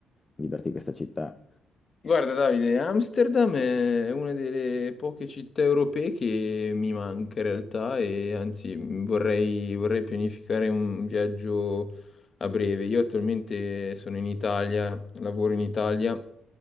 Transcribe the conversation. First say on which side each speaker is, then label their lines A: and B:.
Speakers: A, on the left; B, on the left.
A: viverti in questa città.
B: Guarda Davide, Amsterdam è una delle poche città europee che mi manca in realtà e anzi vorrei, vorrei pianificare un viaggio a breve. Io attualmente sono in Italia, lavoro in Italia,